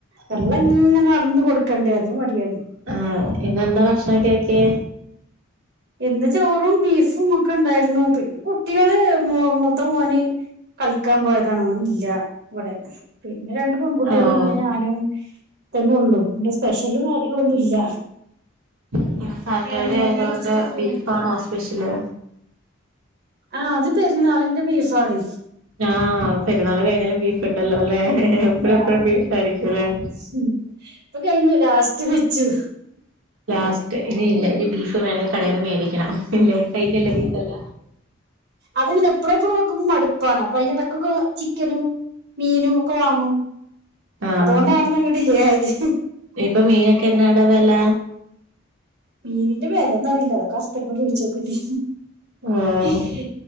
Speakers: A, on the right; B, on the right.
A: വെള്ളം
B: ഉം
A: ഇങ്ങനെ നടന്നു കൊടുക്കണ്ടെ അതിനുമടിയാണ്
B: ആ ഇന്നെന്താ ഭക്ഷണൊക്കെ ആക്കിയേ
A: ഇന്ന് ചോറും ബീഫുമൊക്കെ ഉണ്ടായിരുന്നു പിന്നെ കുട്ടികള് മോ മൂത്തമോന് കളിക്കാൻ പോയതാണ് ഓനില്ല ഇവിടെ പിന്നെ രണ്ടു പെൺകുട്ടികളും
B: ഓഹ്
A: പിന്നെ ഞാനും തന്നെയൊള്ളൂ ഇവിടെ സ്പെഷ്യലും കാര്യങ്ങളൊന്നും ഇല്ല
B: ഇന്ന് സാറ്റർഡേ
A: അങ്ങനെയൊക്കെ
B: ആയതുകൊണ്ട്
A: അഡ്ജസ്റ്റ് ചെയ്ത് പോണു
B: ബീഫാണോ സ്പെഷ്യല്
A: ആ അത് പെരുന്നാളിന്റെ ബീഫാണ്
B: ആ പെരുന്നാള് കഴിഞ്ഞാലും ബീഫൊണ്ടല്ലോ അല്ലേ എപ്പഴും
A: ആഹ്
B: എപ്പഴും ബീഫായിരിക്കും അല്ലേ
A: <inaudible> ഇപ്പ കഴിഞ്ഞു ലാസ്റ്റ് വെച്ചു
B: ലാസ്റ്റ് ഇനിയില്ല ഇനി ബീഫ്
A: ഉം
B: വേണേൽ കടേന്ന് മേടിക്കണം ഇല്ലേ കഴിഞ്ഞല്ലേ ബീഫെല്ലാം
A: അതിങ്ങനെ എപ്പളും എപ്പളും വെക്കുമ്പോ മടുപ്പാണ് അപ്പൊ അയിനെ എടക്കൊക്കെ ചിക്കനും മീനുമൊക്കെ വാങ്ങും
B: ആഹ്
A: അതുകൊണ്ടാണിതങ്ങ് ഡിലേയായത്
B: ഇപ്പൊ മീനൊക്കെ എന്നാട വെല
A: മീനിന്റെ വെലയൊന്നറിയില്ല അതോക്കെ ഹസ്ബന്റിനോട് ചോയിച്ചോക്കണ്ടി
B: ഉം
A: വരും